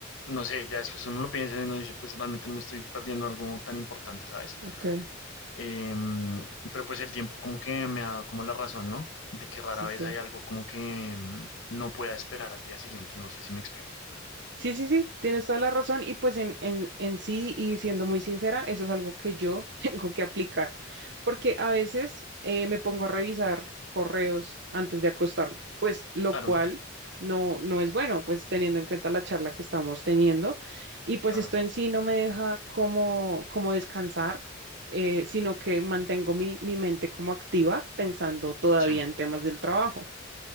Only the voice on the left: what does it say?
no sé, ya después uno lo piensa y uno dice, pues realmente no me estoy perdiendo algo tan importante, ¿sabes?
Eh, mm, pero pues el tiempo como que me da como la razón, ¿no? De que rara
vez
hay algo como que mm, no pueda esperar al día siguiente, no sé si me explico.
Claro,
claro,
sí.